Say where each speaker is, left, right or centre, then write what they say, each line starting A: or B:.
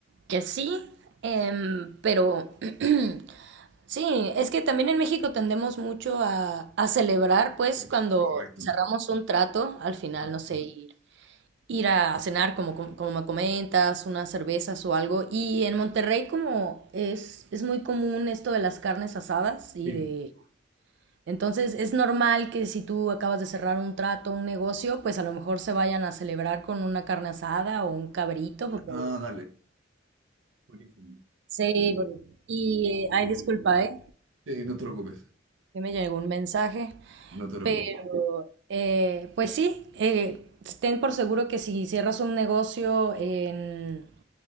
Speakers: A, on the right; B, on the right.
A: que sí, em, pero <clears throat> sí, es que también en México tendemos mucho a, a celebrar, pues,
B: Sí,
A: cuando
B: Correcto.
A: cerramos un trato al final,
B: Ajá.
A: no sé, ir ir a cenar, como, como, como me comentas, unas cervezas o algo. Y en Monterrey como es, es muy común esto de las carnes asadas y
B: sí,
A: de... Entonces es normal que si tú acabas de cerrar un trato, un negocio, pues a lo mejor se vayan a celebrar con una carne asada o un cabrito, porque...
B: Ah, dale. Buenísimo.
A: Sí, bueno, y eh, ay, disculpa, ¿eh?
B: Sí, no te preocupes.
A: Que me llegó un mensaje,
B: No te preocupes.
A: pero eh, pues sí, eh, ten por seguro que si cierras un negocio en